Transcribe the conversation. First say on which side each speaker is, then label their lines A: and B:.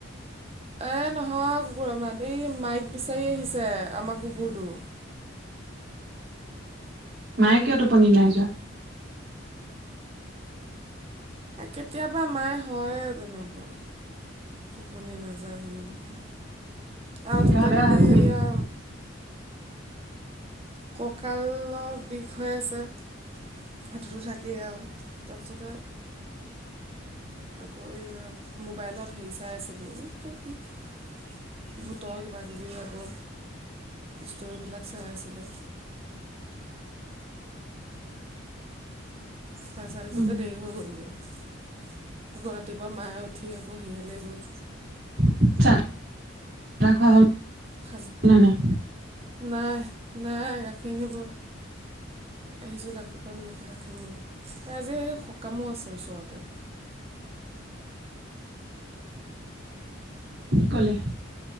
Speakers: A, on the right (about 30°); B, on the right (about 55°).
A: এ, নহয় কুকুৰ মাত, এই মাইক বিচাৰি আহিছে, আমাৰ কুকুৰটো।
B: মায়ে কিয় টোপনি নাই যোৱা?
A: এই, কেতিয়াবা মাই হয়য়েই তেনেকুৱা, টোপনি নযানো। <unintelligible> আহি আৰু তাতে
B: গা বেয়া
A: কালি
B: হৈছে নেকি
A: ইয়া কঁকালৰ বিষ হৈ আছে। সেইটোতো থাকেই আৰু, তাৰপিছতে আকৌ, এই মোবাইলত হেৰি চাই আছিলোঁ, এই কি ভোতৰ কিবা-কিবি আকৌ, ষ্টৰিবিলাক চাই আছিলোঁ। সেয়া চাই থাকোতে
B: উম
A: দেৰি হৈ গ'লগে, আকৌ ৰাতিপুৱা মায়ে উঠি আকৌ হেৰিয়ালৈ গ'ল।
B: <unintelligible>
A: <unintelligible>
B: নে নাই
A: নাই, নাই, গাখীৰ আনিব আহিছোঁ গাখীৰকণ নি পেলাই খামগে, এই আজি সকামো আছে ওচৰতে।
B: ক'লে।